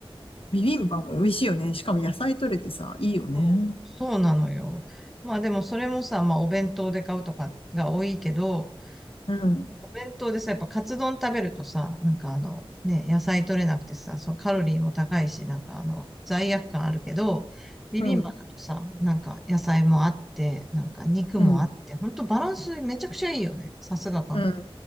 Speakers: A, on the left; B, in the centre.
A: ビビンバも美味しいよね。しかも野菜取れてさ、いいよね。
B: そうそうなのよ。まあでもそれもさ、まあお弁当で買うとかが多いけど、
A: うん、
B: お弁当でさ、やっぱカツ丼食べるとさ、なんかあの、ね、野菜取れなくてさ、そのカロリーも高いし、なんかあの、罪悪感あるけど、ビビンバだとさ、
A: うん、
B: なんか野菜もあって、なんか肉もあって、
A: うん。
B: ほんとバランスめちゃくちゃいいよね。さすが韓国。
A: うん、